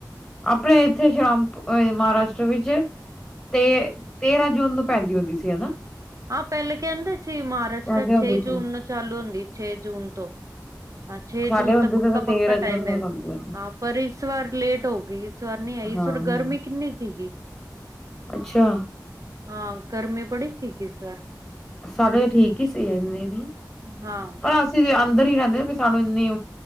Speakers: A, in the centre; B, on the right (about 50°).
A: ਆਪਣੇ ਇੱਥੇ ਸ਼ਾਮ ਮਹਾਰਾਸ਼ਟਰ ਵਿੱਚ, ਤੇ ਤੇਰਾਂ ਜੂਨ ਨੂੰ ਪੈਂਦੀ ਹੁੰਦੀ ਸੀ ਹਨਾ।
B: ਆਹ ਪਹਿਲੇ ਕਹਿੰਦੇ ਸੀ ਮਹਾਰਾਸ਼ਟਰ
A: ਕਹਿੰਦੇ
B: ਛੇ
A: ਹੁੰਦੀ
B: ਜੂਨ
A: ਸੀ
B: ਨੂੰ ਚਾਲੂ ਹੁੰਦੀ ਛੇ ਜੂਨ ਤੋਂ। ਹਾਂ ਛੇ
A: ਸਾਡੇ
B: ਜੂਨ
A: ਹੁੰਦੇ
B: ਤਾਂ ਪੱਕਾ-ਪੱਕਾ
A: ਤੇ ਤੇਰਾਂ ਜੂਨ
B: ਟਾਈਮ
A: ਨੂੰ
B: ਏ।
A: ਲੱਗਦੀ ਹੁੰਦੀ
B: ਹਾਂ, ਪਰ ਇਸ ਵਾਰ ਲੇਟ ਹੋ ਗਈ ਇਸ ਵਾਰ ਨਹੀਂ ਆਈ ਇਸ
A: ਹਾਂ
B: ਵਾਰ ਗਰਮੀ ਕਿੰਨੀ ਸੀਗੀ।
A: ਅੱਛਾ
B: ਹਾਂ, ਗਰਮੀ ਬੜੀ ਸੀ ਇਸ ਵਾਰ।
A: ਸਾਡੇ ਤਾਂ ਠੀਕ ਹੀ ਸੀ ਇੰਨੀ ਨੀ
B: ਹਾਂ
A: ਪਰ ਅੱ ਜ ਅੰਦਰ ਹੀ ਰਹਿੰਦੇ ਵੀ ਸਾਨੂੰ ਇੰਨੀ